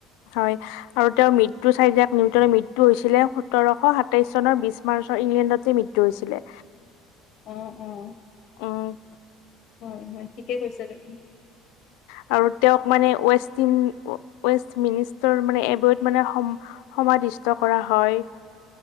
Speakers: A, on the left (about 80°); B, on the left (about 35°).
A: হয় আৰু তেওঁ মৃত চাৰি যাক নিউটনৰ মৃত্যু হৈছিল সোতৰশ সাতাইশ চনৰ বিশ মাৰ্চৰ ইংলেণ্ডতে মৃত্যু হৈছিলে
B: উ উ-
A: অ',
B: হয় হয় ঠিকে কৈছা তুমি
A: উ আৰু তেওঁক মানে ষ্ট ৱেষ্ট মিনিষ্টাৰ মানে এবত মানে সম ষ্ট কৰা হয়